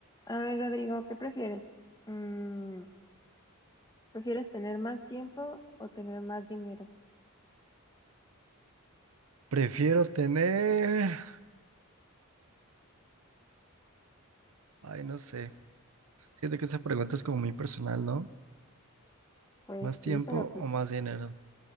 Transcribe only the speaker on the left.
A ver, Rodrigo, ¿qué prefieres? Mm, ¿prefieres tener más tiempo o tener más dinero?
Pues
sí, pero pues,